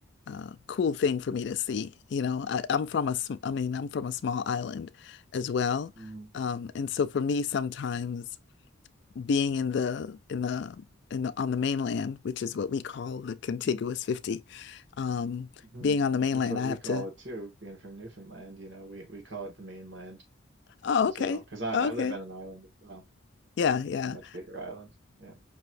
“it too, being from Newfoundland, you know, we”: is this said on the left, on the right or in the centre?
Right